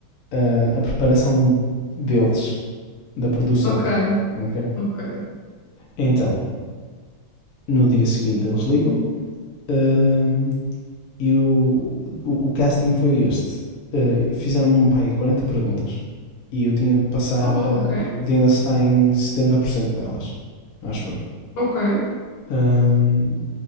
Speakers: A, on the left (about 50°); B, on the left (about 90°).
A: ah, a preparação deles, da produção.
B: Ok,
A: ok?
B: ok.
A: Então, no dia seguinte eles ligam-me ahm, E o, o, o casting foi este. Uh, Fizeram-me pá, aí 40 perguntas e eu tinha de passar,
B: Olá,
A: uh,
B: ok,
A: eu tinha de acertar em 70% delas, acho eu.
B: ok.
A: Um,